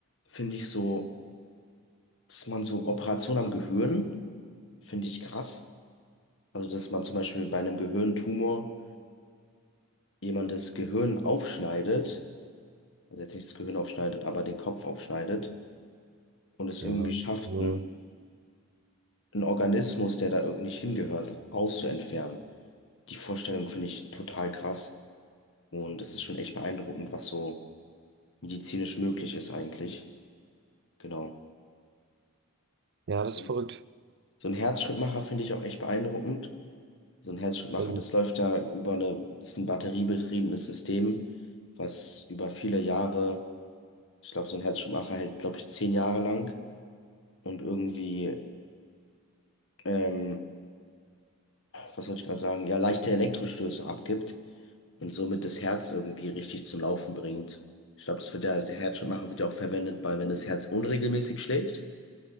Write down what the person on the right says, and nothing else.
Ja,
das
ist nur,
ja, das
ist verrückt.
Ähm,